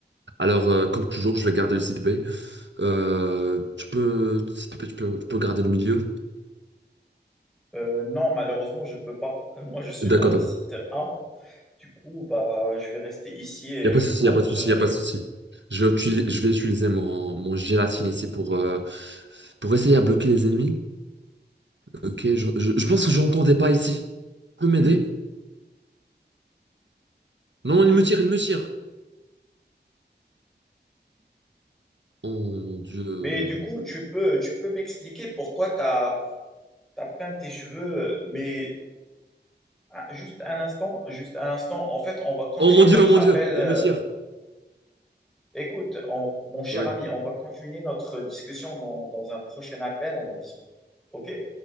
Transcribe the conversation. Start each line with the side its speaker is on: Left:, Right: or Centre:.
Right: Alors, euh, comme toujours, je vais garder le site B. Euh, tu peux, s'il te plaît, tu peux, tu peux garder le milieu.
Centre: Euh, non, malheureusement, je peux pas. Euh, moi, je suis
Right: D'accord,
Centre: dans le
Right: d'accord.
Centre: site A. Du coup, bah, je vais rester ici et
Right: Il n'y a pas
Centre: je
Right: de souci,
Centre: compte.
Right: il n'y a pas de souci,
Centre: euh,
Right: il n'y a pas de souci. Je vais, utili- je vais utiliser mon, mon gélatine ici pour, euh, pour essayer à bloquer les ennemis. Ok, je, je, je pense que j'entends des pas ici. Tu peux m'aider? Non, il me tire, il me tire. Oh mon Dieu.
Centre: Mais du coup, tu peux, tu peux m'expliquer pourquoi tu as, peint tes cheveux. Mais ah, juste un instant, juste un instant. En fait, on va continuer
Right: Oh mon Dieu,
Centre: notre
Right: oh mon
Centre: appel.
Right: Dieu,
Centre: euh,
Right: il me tire.
Centre: Écoute, on- mon cher
Right: Ouais.
Centre: ami, on va continuer notre discussion dans, dans un prochain appel. On va discuter. OK?